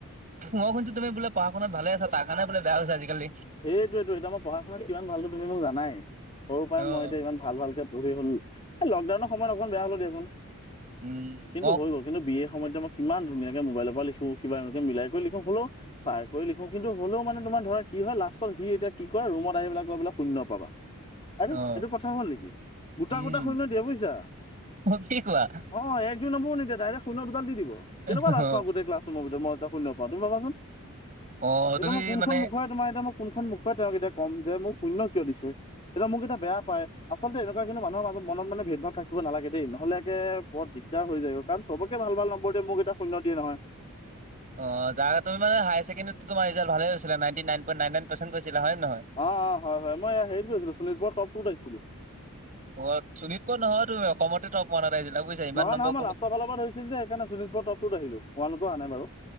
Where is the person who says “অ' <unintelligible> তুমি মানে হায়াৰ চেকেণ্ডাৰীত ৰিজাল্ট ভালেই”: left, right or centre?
Right